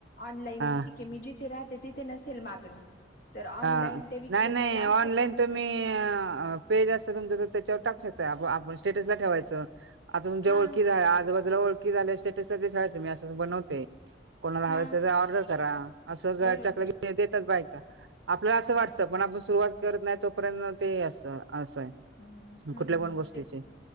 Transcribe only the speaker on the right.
हा
हा
नाही नाही
ऑनलाईन
तुम्ही
पेज असता तुमच तर त्याच्यावर टाकू शकता. आपण स्टेटस ला ठेवायच आता तुमच्या
ळखी झा आजूबाजूला ओळख की झालं स्टेटस ला ते ठेवायचं मी असं अस बनवते कोणाला
हवे अस तर
ऑर्डर करा असं
टाकलं की येतात बाय का आपल्याला असं
वाटतं पण आपण सुरुवात करत नाही तोपर्यंत ते असत असं आहे
कुठल्या पण गोष्टीची